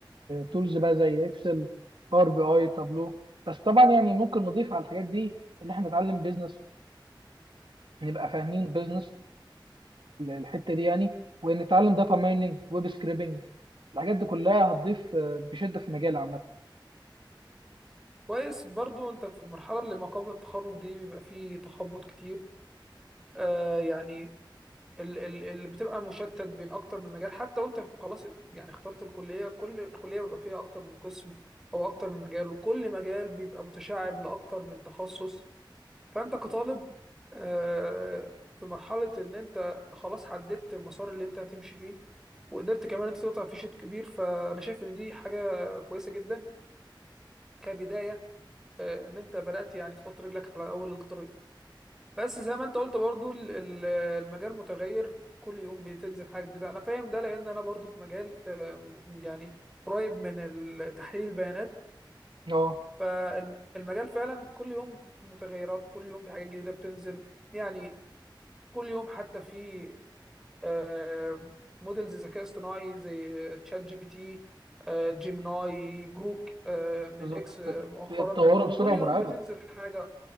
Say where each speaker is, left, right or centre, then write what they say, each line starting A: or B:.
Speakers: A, on the right (about 75°); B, in the centre.
A: تولز بقى زي اكسل باور بي اي تابلو بس طبعا يعني ممكن نضيف على الحاجات دي اللي احنا نتعلم بيزنس نبقى فاهمين بيزنس الحته دي يعني ونتعلم داتا مايننج ويب سكريبنج الحاجات دي كلها هتضيف آه، بشده في مجال عامه
B: كويس برضو انت في المرحله اللي ما قبل التخرج دي بيبقى فيه تخبط كتير آه يعني ال ال ال بتبقى مشتت بين اكتر من مجال حتى وانت خلاص يعني اخترت الكليه كل الكليه بيبقى فيها اكتر من قسم او اكتر من مجال وكل مجال بيبقى متشعب لاكتر من تخصص فانت كطالب آه، في مرحله ان انت خلاص حددت المسار اللي انت هتمشي فيه وقدرت كمان انت تقطع فيه شوط كبير فانا شايف ان دي حاجه كويسه جدا كبدايه آه، ان انت بدات يعني تحط رجلك على اول الطريق بس زي ما انت قلت برضو ال- ال- المجال متغير كل يوم بتنزل حاجه جديده انا فاهم ده لان انا برضو في مجال آه، يعني قريب من تحليل البيانات
A: اه
B: فالمجال فعلا كل يوم متغيرات كل يوم في حاجات جديده بتنزل يعني كل يوم حتى في آه، موديلز ذكاء اصطناعي زي تشات جي بي تي آه، جيميناي جروك آه، من
A: بالظبط
B: اكس آه، مؤخرا
A: بتطوره بسرعه
B: كل يوم
A: مرعبه
B: بتنزل حاجة